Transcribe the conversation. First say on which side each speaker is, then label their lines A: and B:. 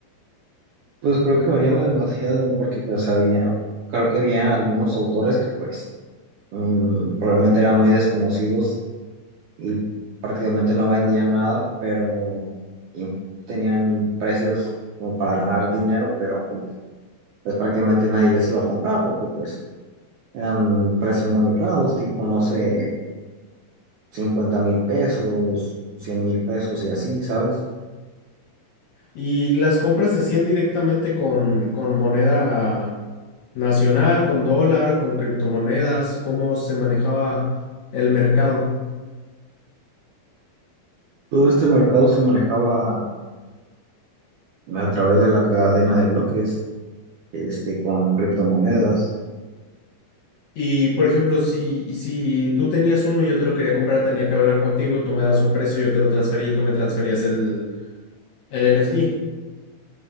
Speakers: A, on the right; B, on the left.
A: Pues creo que variaba demasiado porque pues había, creo que había algunos autores que pues mm, probablemente eran muy desconocidos y prácticamente no vendían nada, pero y tenían precios como para ganar dinero, pero pues prácticamente nadie les iba a comprar porque pues eran precios muy inflados, tipo no sé, cincuenta mil pesos, cien mil pesos y así, ¿sabes?
B: Y las compras se hacían directamente con, con moneda nacional, con dólar, con criptomonedas, cómo se manejaba el mercado.
A: Todo este mercado se manejaba a través de la cadena de bloques. este, con criptomonedas.
B: Y por ejemplo, si, si tú tenías uno y yo te lo quería comprar, tenía que hablar contigo, tú me das un precio, yo te lo transferí y tú me transferías el, el NFT